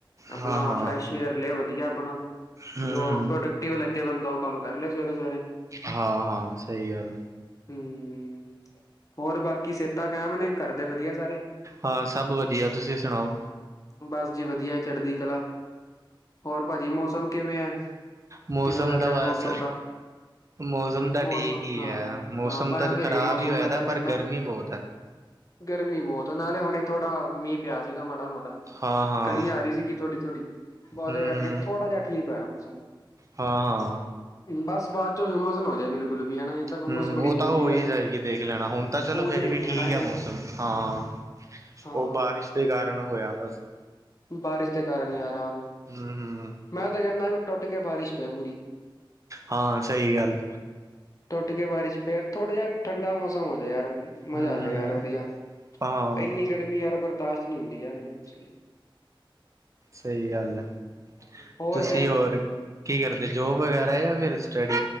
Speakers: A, on the left (about 40°); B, on the right (about 35°).
A: ਆਪਣਾ
B: ਹਾਂ ਹਾਂ
A: ਫਰੈਸ਼ ਏਅਰ ਲੈ ਵਧੀਆ ਆਪਣਾ
B: ਹੂੰ
A: ਜੋ
B: ਹੂੰ
A: ਪ੍ਰੋਡਕਟਿਵ ਲਗੇ, ਬੰਦਾ ਉਹ ਕਮ ਕਰ ਲਿਆ ਸਵੇਰੇ- ਸਵੇਰੇ
B: ਹਾਂ- ਹਾਂ ਸਹੀ ਗੱਲ-
A: ਹੂ, ਹੋਰ ਬਾਕੀ ਸਿਹਤਾਂ ਕਾਇਮ ਨੇ, ਘਰ ਦੇ ਵਧੀਆ ਸਾਰੇ।
B: ਹਾਂ ਸਭ ਵਧੀਆ, ਤੁਸੀ ਸੁਣਾਓ
A: ਬਸ ਜੀ ਵਧੀਆ, ਚੜ੍ਹਦੀ ਕਲਾ ਹੋਰ ਭਾਜੀ ਮੌਸਮ ਕਿਵੇ ਹੈ,
B: ਮੌਸਮ
A: ਕਿਵੇ ਲਗ
B: ਦਾ
A: ਰਿਹਾ
B: ਬਸ
A: ਮੌਸਮ ਦਾ
B: ਮੌਸਮ ਤਾਂ
A: ਮੌਸਮ
B: ਠੀਕ ਹੀ
A: ਹਾਂ
B: ਹੈ, ਮੌਸਮ
A: ਹਾਂ ਭਾਵੇਂ
B: ਤਾਂ ਖਰਾਬ
A: ਰੇ ਮੌਸਮ
B: ਹੀ ਹੋਇਆ
A: ਮੈਂ
B: ਦਾ,
A: ਤਾਂ ਕਹਿੰਦਾ
B: ਪਰ ਗਰਮੀ ਬਹੁਤ ਹੈ।
A: ਗਰਮੀ ਬਹੁਤ ਐ, ਨਾਲੇ ਹੁਣੇ ਥੋੜਾ ਮੀਹ ਪਿਆ ਸੀਗਾ ਮਾੜਾ- ਮਾੜਾ
B: ਹਾਂ ਹਾਂ
A: ਕਣੀ ਆ ਰਹੀ ਸੀਗੀ ਥੋੜੀ ਥੋੜੀ। ਉਹਦੇ
B: ਹੂੰ
A: ਕਰਕੇ,
B: ਹੂੰ
A: ਥੋੜਾ ਜਿਹਾ ਠੀਕ ਹੋਇਆ ਮੌਸਮ।
B: ਹਾਂ ਹਾਂ
A: ਬਸ ਬਾਅਦ ਚੋਂ, ਹੂਮਸ ਨਾ ਹੋ ਜਾਏ ਬਿਲਕੁਲ। ਵੀ ਹਨਾ ਇਹ ਤਾਂ ਹਿਊਮਸ
B: ਹੁੰ,
A: ਬੜੀ
B: ਉਹ
A: ਪੈਂਦੀ
B: ਤਾਂ ਹੋ
A: ਯਾਰ
B: ਹੀ ਜਾਏਗੀ ਦੇਖ ਲੈਣਾ, ਹੁਣ ਤਾਂ ਚਲੋ
A: ਹੋ ਜਾਏਗੀ
B: ਫੇਰ ਵੀ ਠੀਕ
A: ਹਨਾ ਯਾਰ
B: ਐ ਮੌਸਮ, ਹਾਂ।
A: ਹਾਂ
B: ਉਹ ਬਾਰਿਸ਼ ਦੇ ਕਾਰਨ ਹੋਆ ਬਸ।
A: ਬਾਰਿਸ਼ ਦੇ ਕਾਰਨ
B: ਹੁੰ,
A: ਯਾਰ ਆਹੋ
B: ਹੁੰ, ਹੁੰ।
A: ਮੈਂ ਤੇ ਕਹਿਣਾ, ਵੀ ਟੁੱਟ ਕੇ ਬਾਰਿਸ਼ ਪਏ ਪੂਰੀ
B: ਹਾਂ ਸਹੀ ਗੱਲ
A: ਟੁੱਟ ਕੇ ਬਾਰਸ਼ ਪੇ, ਥੋੜਾ ਜਿਹਾ ਠੰਡਾ ਮੌਸਮ ਹੋ ਜਾ ਯਾਰ। ਮਜ਼ਾ
B: ਹੂੰ
A: ਆ ਜਾਏਗਾ ਯਾਰ
B: ਹੂੰ
A: ਵਧੀਆ,
B: ਹਾਂ
A: ਇੰਨੀ ਗਰਮੀ ਯਾਰ ਬਰਦਾਸ਼ਤ ਨਹੀਂ ਹੁੰਦੀ ਯਾਰ ਇਹ ਚ
B: ਸਹੀ ਗੱਲ ਐ,
A: ਹਾਂਜੀ ਹੋਰ
B: ਤੁਸੀਂ
A: ਫਿਰ
B: ਹੋਰ ਕੀ ਕਰਦੇ ਜੋਬ ਵਗੈਰਾ, ਜਾਂ ਫੇਰ ਸਟੱਡੀ?